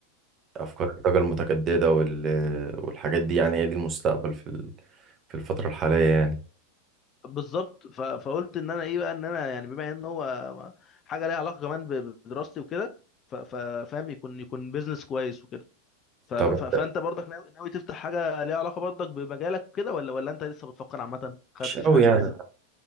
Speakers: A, on the right; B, on the left.
A: أفكار الطاقة المتجددة وال... والحاجات دي يعني هي دي المستقبل في ال... في الفترة الحالية يعني
B: بالظبط ف... فقلت ان انا ايه بقى ان انا يعني بما ان هو حاجه ليها علاقه كمان ب- بدراستي وكده ف... ف... فاهم يكون يكون بيزنس كويس وكده ف... ف...
A: طب انت
B: فانت برضك ناوي ناوي تفتح حاجه ليها علاقه برضك بمجالك وكده ولا ولا انت لسه بتفكر عامه ما خدتش
A: مش قوي
B: حاجه
A: يعني
B: لسه